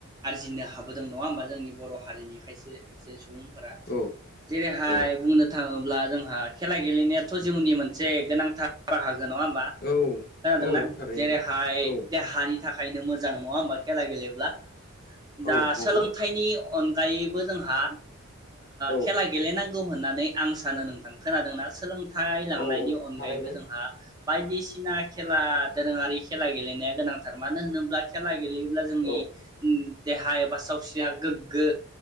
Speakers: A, on the right; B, on the left.
A: आरजिनो हाबोदों नङा होमबा जोंनि बर हारिनि खायसे खायसे सुबुं- फोरा
B: औ
A: जेरैहाय
B: औ
A: बुंनो थाङोब्ला जोंहा खेला गेलेनायाथ जिउनि मोनसे गोनांथार बाहागो नङा होम खोनादोंना
B: औ औ थारैनो
A: जेरैहाय
B: औ
A: बे हारि थाखायनो मोजां नङा होमबा खेला गेलेब्ला दा
B: औ नंगौ
A: सोलोंथाइनि अनगायैबो जोंहा
B: औ
A: खेला गेलेनांगौ होननानै आं सानो नोंथां खोनादोंना सोलोंथाइ लांनायनि
B: औ
A: अनगायैबो
B: थारैनो
A: जोंहा बायदिसिना। बायदिसिना खेला दोरोङारि खेला गेलेनाया गोनांथार मानो होनोब्ला खेला गेलेयोब्ला जोंनि
B: औ
A: ओ देहा एबा सावस्रिया गोग्गो